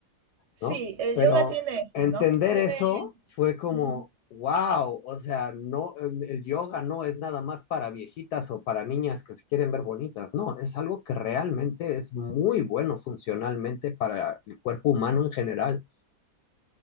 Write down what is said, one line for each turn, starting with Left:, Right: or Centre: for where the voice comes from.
Right: Sí,
Left: ¿no?
Right: el
Left: Pero
Right: yoga tiene eso,
Left: entender
Right: ¿no? Tiene...
Left: eso fue como,
Right: Ujú.
Left: wow, o sea, no, el, el yoga no es nada más para viejitas o para niñas que se quieren ver bonitas, no, es algo que realmente es muy bueno funcionalmente para el cuerpo humano en general.